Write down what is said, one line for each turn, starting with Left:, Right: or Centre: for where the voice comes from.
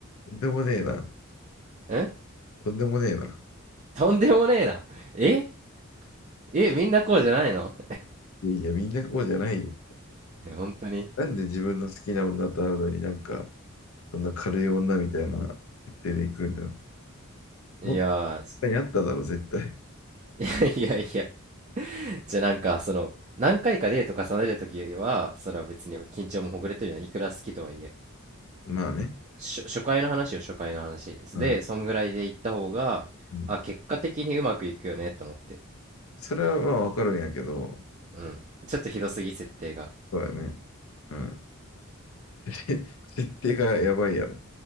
Left: とんでもねえな。
Right: ん
Left: とんでもねえな。
Right: とんでもねえな。ええ、みんなこうじゃないの
Left: いやいや、みんなこうじゃないよ。
Right: え、本当に。
Left: なんで自分の好きな女と会うのになんか、そんな軽い女みたいな設定で行くんだよ。
Right: いや
Left: もっと他にあっただろ、絶対。
Right: ー、<laughs> いやいや。じゃあなんか、その、何回かデート重ねるときは、それは別に緊張もほぐれてるのはいくら好きとはいえ。
Left: まあね。
Right: し初回の話よ、初回の話。
Left: うん。
Right: で、そんぐらいで行った方が、
Left: うん
Right: あ、結果的にうまくいくよねと思って。
Left: それはまあわかるんやけど、
Right: うん。ちょっとひどすぎ、設定が。
Left: そうやね。うん。て <laughs> 設定がやばいやろ。